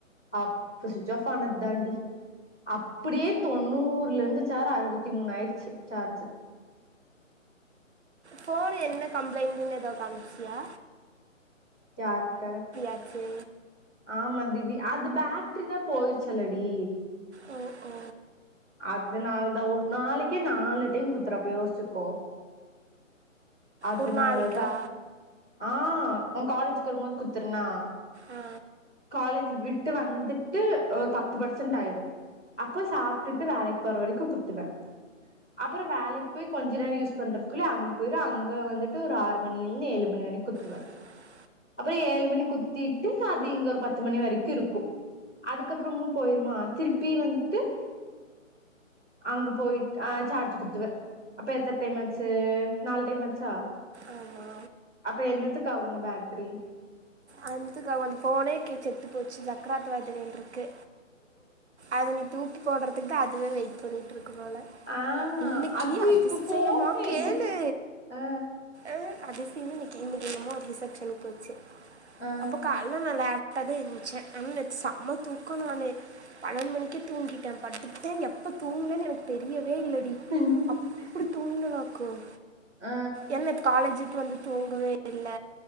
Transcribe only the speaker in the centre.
அப்ப சுவிட்ச் ஆஃப் ஆன தாண்டி அப்டியே தொண்ணூறுல இருந்து சார் அறுபத்தி மூணு ஆயிருச்சு சார்ஜு
யாத
ஆமா திடி அது பேட்ரி தா போயிருச்சலடி
அதனால தா ஒரு நாளைக்கே நாலு டைம் குத்துறப்ப யோசிச்சுக்கோ அதுனாலதா
ஆ ஒ காலேஜுக்கு வரும் போது குத்துரனா
காலேஜ் விட்டு வந்துட்டு ஒரு பத்து பர்சன்ட் ஆயிரு அப்போ சா சாப்டிட்டு வேலைக்கு போற வரைக்கு குத்துவே அப்புறோ வேலக்கு போய் கொஞ்ச நேரம் யூஸ் பண்றதுக்குள்ளே அங்க போயிரும் அங்க வந்துட்டு ஒரு ஆறு மணிலனு ஏழு மணி குத்துவ
அப்புறோ ஏழு மணி குத்திட்டு அது இங்க ஒரு பத்து மணி வரக்கும் இருக்கு அதுக்கப்புறமும் போயிருமா திருப்பி வந்துட்டு அங்க போயிட்டு ஆ சார்ஜ் குத்துவேன் அப்ப எத்தனை டைம் ஆச்சு நாலு டைம் ஆச்சா
அப்ப என்னத்துக்கு ஆகு இந்த பேட்டரி
ஆ
அது
இப்ப ஃபோன் எடு
ஆ
ஆ
<unintelligible>
ஆ